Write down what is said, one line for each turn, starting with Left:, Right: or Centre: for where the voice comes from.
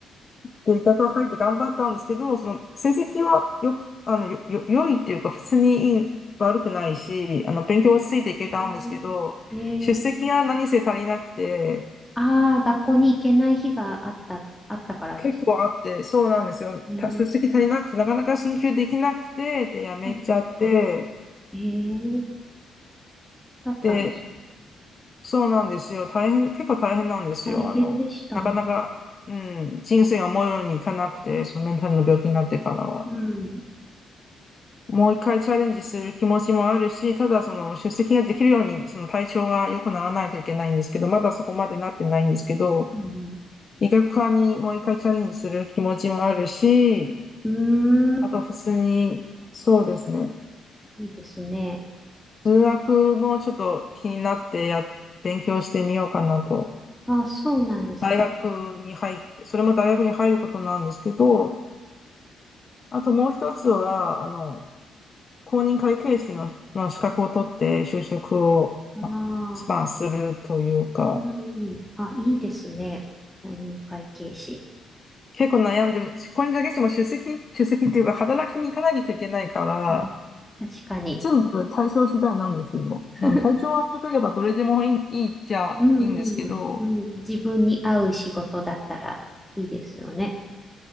Left: で、医学が入って頑張ったんですけど、その、成績はよく、あの、よ、よ、良いっていうか、普通にいい、悪くないし、あの、勉強はついていけたんですけど、
Centre: うんええ
Left: 出席が何せ足りなくて、
Centre: ああ学校に行けない日があった、あったからですか。
Left: 結構あって、そうなんですよ。
Centre: ね
Left: た出席足りなくて、なかなか進級できなくて、で、やめちゃって、
Centre: えええーだったんですね。
Left: で、そうなんですよ。大変、結構大変なんですよ。
Centre: 大変でしたね。
Left: あの、なかなか、うん、人生が思うようにいかなくて、そのメンタルの病気になってからは。
Centre: うん。
Left: もう一回チャレンジする気持ちもあるし、ただその出席ができるように、その体調が良くならないといけないんですけど、まだそこまでなってないんですけど、
Centre: うん。
Left: 医学科にもう一回チャレンジする気持ちもあるし、
Centre: うーん。
Left: あと普通に、そうですね、
Centre: いいですね。
Left: 数学もちょっと気になってや、勉強してみようかなと
Centre: あ、そうなんです。
Left: 大学に入って、
Centre: え、
Left: それも大学に入ることなんですけど、あともう一つは、あの、公認会計士の、の資格を取って就職を、
Centre: ああ、
Left: ままあ、するというか、
Centre: うん。あ、いいですね。公認会計士。
Left: 結構悩んでる。公認会計士も出席、出席っていうか、働きに行かないといけないから、
Centre: うん。確かに。
Left: 全部対象次第なんですよ。
Centre: <laughs>
Left: なん体調が良ければどれでもいい、いいっちゃいいんですけど、
Centre: うん、うんうん。自分に合う仕事だったらいいですよね。